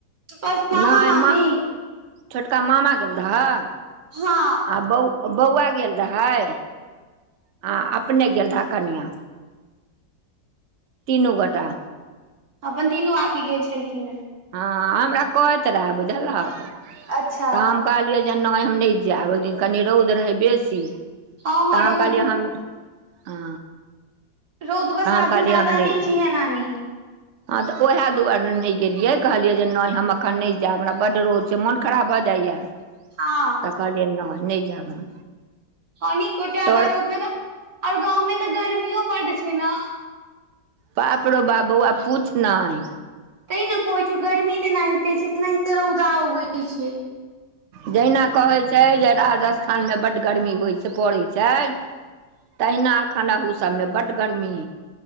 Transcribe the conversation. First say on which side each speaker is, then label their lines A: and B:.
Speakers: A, on the right; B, on the right.
A: बस मामा
B: नहि
A: मामी
B: माँ छोटका मामा गेल रहऽ
A: हँ
B: आ बौ बौआ गेल रहै ह अपने गलठ करनिया तीनू गोटा
A: अपन तीनू आदमी गेल छलखिन हेँ
B: हँ हमरा कहैत रहे बुझलक
A: अच्छा
B: तऽ हम कहलियै जे नहि हम नहि जायब ओहिदिन कनि रौद रहै बेसी
A: हँ
B: तऽ
A: हँ रौद
B: हम कहलियै
A: मे
B: हम हँ
A: रौउद बसात
B: तऽ हम कहलियै
A: मे जाददा
B: हम
A: नहि
B: जायब
A: जय हैंया नानी
B: हँ तऽ ओएह दुआरे नहि गेलियै कहलियै जे नहि हम एखन नहि जायब हमरा बड्ड रोद छै मोन खराब भऽ जाइए <unintelligible>
A: हँ
B: त कहलियै न नहि जाब हम
A: हानिकूट जादा
B: तोहर
A: रौतमे तऽ आओर गाँवमे तऽ गर्मीो बड्ड छै ने
B: बाप रौ बाप बौआ पूछ नहि
A: तेंने कहै छियोउ गर्मी तेनाहिते छै इनाते रौदा उगै छै
B: जहिना कहैत छै जे राजस्थानमे बड्ड गरमी होइत छै पड़ैय छै तहिना एखन अहू सभमे बड गर्मी